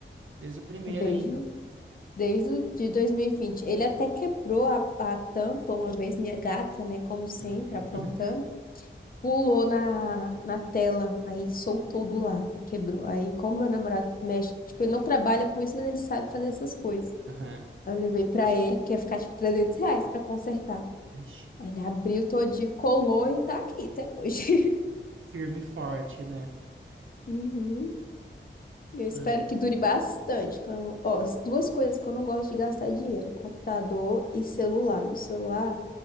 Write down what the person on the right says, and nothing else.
desde o primeiro
ainda.
Hum.
<laughs>
Aham.
Vixe.
Firme e forte, né?
Ai.